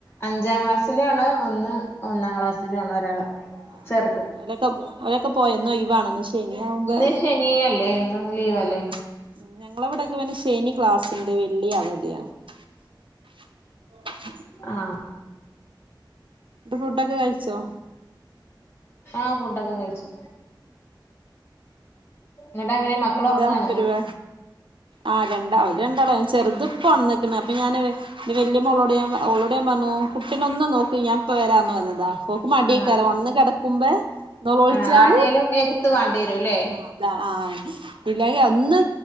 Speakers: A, on the left; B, on the right.
A: അഞ്ചാംക്ലാസ്സിലാണ് ഒന്ന് ഒന്നാം ക്ലാസ്സിലുആണ് ഒരാള്
B: ഉം
A: ചെറുത്
B: ഉം ഒലൊക്കെ ഒലൊക്കെ പോയോ ഇന്നോയിവാണ് ഇന്ന് ഷ് ശനി ആവുമ്പേ
A: ഇന്ന് ശനിയല്ലേ ഇന്ന് ലീവല്ലേ
B: ആഹ് ഉ ഞങ്ങളവിടൊക്കെ പിന്നെ ശനി ക്ലാസ്ണ്ട്, വെള്ളി അവധിയാ ഉം
A: ആഹ്
B: ത് ഫുഡൊക്കെ കഴിച്ചോ
A: ആ ഫുഡക്കെ കഴിച്ചു ന്നട്ടങ്ങനെ മക്കള്
B: എന്താ
A: ഒർങ്ങാണോ
B: പരിപാ ആ രണ്ടാളും രണ്ടാളും ചെർത്പ്പോ ഒൺന്ന്ക്ക്‌ണ്. അപ്പൊ ഞാന് വല്യ മോളോട് ഞാൻ പ ഓളോട് ഞാൻ പർഞ്ഞു കുട്ടിനെ ഒന്ന് നോക്ക് ഞാൻ ഇപ്പ വരാർഞ് വന്നതാ. ഓക്ക് മടിയെക്കാരം
A: ആഹ്
B: ഒൺന്ന് കെടക്കുമ്പേ നെലോൾച്ചാല്
A: ആഹ് ആരേലും എരുത്ത്
B: ഒപ്പ
A: വേണ്ടി വരും ല്ലേ
B: ആ അതാ ഇല്ലങ്കിൽ അന്ന്